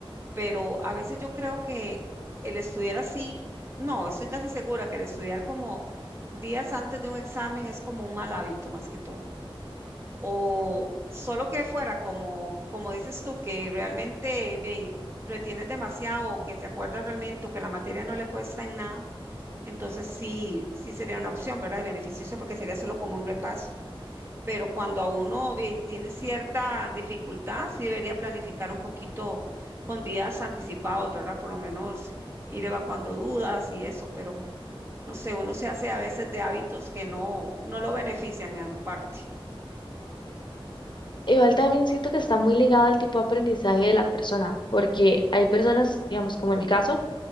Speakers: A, on the right; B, on the left.
A: pero a veces yo creo que el estudiar así, no, estoy casi segura que el estudiar como días antes de un examen es como un mal hábito más que todo. O solo que fuera como, como dices tú, que realmente ve, retienes demasiado o que se acuerda realmente o que la materia no le cuesta en nada, entonces sí, sí sería una opción, ¿verdad? Y beneficioso porque sería solo como un repaso pero cuando a uno ve- tiene cierta dificultad, sí debería planificar un poquito con días anticipados, ¿verdad? Por lo menos ir evacuando dudas y eso, pero no sé, uno se hace a veces de hábitos que no, no lo benefician en parte.
B: <laughs> Igual también siento que está muy ligado al tipo de aprendizaje de la persona, porque hay personas, digamos, como en mi caso,